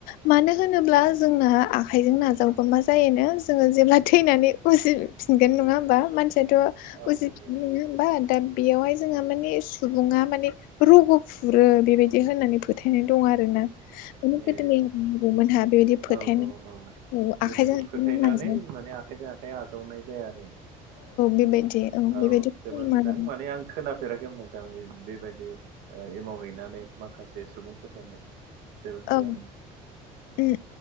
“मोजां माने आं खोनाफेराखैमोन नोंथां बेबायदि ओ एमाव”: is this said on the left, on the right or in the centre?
Right